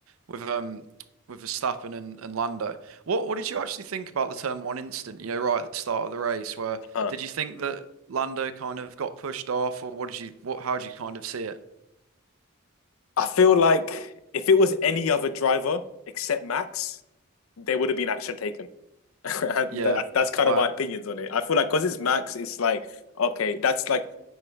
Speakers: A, on the right (about 80°); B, on the left (about 75°).
A: with um with Verstappen and, and Lando. What what did you actually think about the turn one incident? You know, right at the start of the race, where
B: Huh.
A: did you think that Lando kind of got pushed off, or what did you, what, how did you kind of see it?
B: I feel like if it was any other driver except Max, there would have been action taken. <laughs> That,
A: Yeah.
B: that's kind
A: I,
B: of my opinions on it. I feel like because it's Max, it's like, okay, that's like